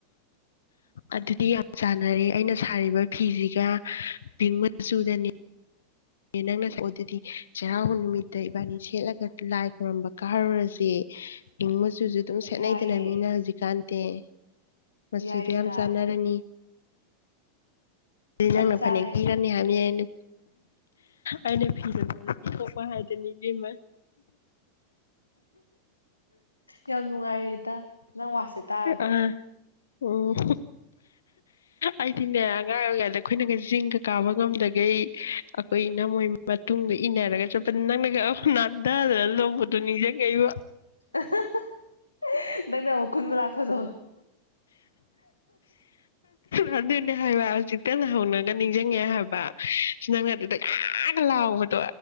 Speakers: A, on the left (about 65°); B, on the left (about 80°).
A: ꯑꯗꯨꯗꯤ ꯌꯥꯝ ꯆꯥꯟꯅꯔꯦ ꯑꯩꯅ ꯁꯥꯔꯤꯕ ꯐꯤꯁꯤꯒ ꯄꯤꯡ ꯃꯆꯨꯗꯅꯤ ꯅꯪꯅꯁꯨ ꯑꯗꯨꯗꯤ ꯆꯩꯔꯥꯎꯕ ꯅꯨꯃꯤꯠꯇ ꯏꯕꯥꯅꯤ ꯁꯦꯠꯂꯒ ꯂꯥꯏ ꯈꯣꯏꯔꯝꯕ ꯀꯥꯔꯨꯔꯁꯦ ꯁꯨꯁꯨꯨ ꯑꯗꯨꯝ ꯁꯦꯠꯅꯩꯗꯅ
B: ꯌꯥꯏꯌꯦ
A: ꯃꯤꯅ ꯍꯧꯖꯤꯛꯀꯥꯟ ꯇꯦ ꯃꯆꯨꯗꯗꯣ
B: ꯌꯥꯏꯌꯦꯗ
A: ꯌꯥꯝ ꯆꯥꯟꯅꯔꯅꯤ ꯑꯗꯨꯗꯤ
B: ꯆꯞ
A: ꯅꯪꯅ
B: ꯆꯥꯔꯦ
A: ꯐꯅꯦꯛ ꯄꯤꯔꯅꯤ ꯍꯥꯏꯕꯅꯤꯅ ꯑꯩꯅ ꯐꯤꯖꯕꯣ ꯄꯤꯊꯣꯛꯄ ꯍꯥꯏꯗꯨꯅꯤ ꯏꯕꯦꯝꯃ
B: ꯌꯥꯝ ꯅꯨꯡꯉꯥꯏꯔꯦꯗ ꯅꯪ ꯋꯥꯁꯦ ꯇꯥꯕꯗ
A: ꯑꯥ ꯎꯝ ꯑꯩꯗꯤꯅꯦ ꯑꯉꯥꯡ ꯑꯣꯏꯔꯤꯉꯩꯗ ꯑꯩꯈꯣꯏꯅꯒ ꯆꯤꯡꯒ ꯀꯥꯕ ꯉꯝꯗꯒꯩ ꯑ ꯏꯅꯝꯃꯣꯏ ꯃꯇꯨꯡꯗ ꯏꯟꯅꯔꯒ ꯆꯠꯄꯅꯤ ꯅꯪꯅ ꯅꯥꯟꯊꯗꯅ ꯂꯣꯡꯕꯗꯣ ꯅꯤꯡꯁꯤꯡꯉꯩꯕ
B: <unintelligible> ꯅꯪꯅ ꯑꯃꯨꯛ ꯈꯨꯟꯕ ꯂꯥꯛꯄꯗꯣ
A: ꯔꯗꯅ ꯍꯥꯏꯕ ꯆꯤꯛꯇꯅ ꯍꯧꯅꯒ ꯅꯤꯡꯁꯤꯡꯉꯦ ꯍꯥꯏꯕ ꯁꯤ ꯅꯪꯅ ꯑꯗꯨꯗ ꯌꯥꯝ ꯂꯥꯎꯕꯗꯣ